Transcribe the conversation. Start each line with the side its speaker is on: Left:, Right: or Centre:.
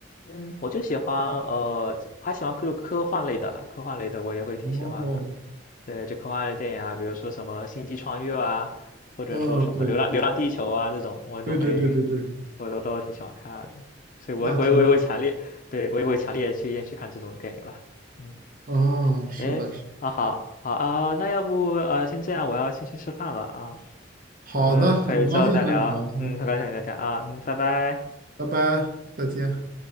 Left: 嗯，我就喜欢呃，还喜欢科科幻类的啦，科幻类的我也会挺喜欢的。
Right: 哦，
Left: 对，就科幻类电影啊，比如说什么《星际穿越》啊，或者说什么流浪《流浪地球》啊这种，
Right: 嗯，对，
Left: 我都会，
Right: 对对对对对，
Left: 我都都挺喜欢看的，所以我会我也会强烈，
Right: 那挺好。
Left: 对我也会强烈推荐去看这种电影了。嗯，
Right: 啊，是的，
Left: 诶，
Right: 是的
Left: 啊好，好啊，那要不呃先这样，我要先去吃饭了啊，
Right: 好的，
Left: 我们可以之后再聊，
Right: 很高兴和你聊天，
Left: 嗯，很高兴跟你聊天啊，嗯，拜拜。
Right: 拜拜，再见。